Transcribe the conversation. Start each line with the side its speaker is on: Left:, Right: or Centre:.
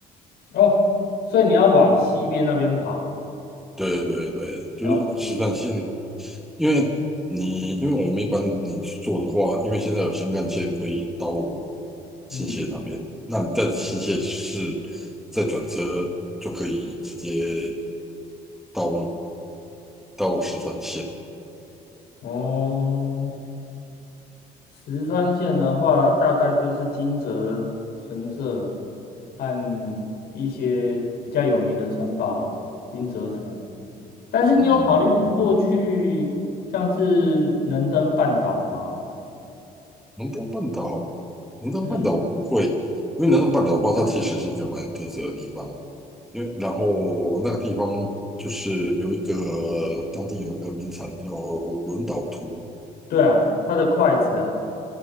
Left: 哦，所以你要往西边那边跑，
Centre: 对对对，就是实际线，
Left: 了解。
Centre: 因为你因为我们一般你去做的话，因为现在有新干线可以到新泻那边，
Left: 嗯，
Centre: 那你在新泻市再转车就可以直接到到石川线，
Left: 哦，石川县的话，大概就是金泽神社和一些比较有名的城堡了，金泽城。但是你有考虑过去像是能登半岛吗？
Centre: 嗯嗯嗯。南端半岛，南端半岛我不会，
Left: 嗯，
Centre: 因为南端半岛的话，它其实是一个蛮有特色的地方。因为然后那个地方就是有一个当地有一个名产叫轮岛图，
Left: 对啊，它的筷子啊。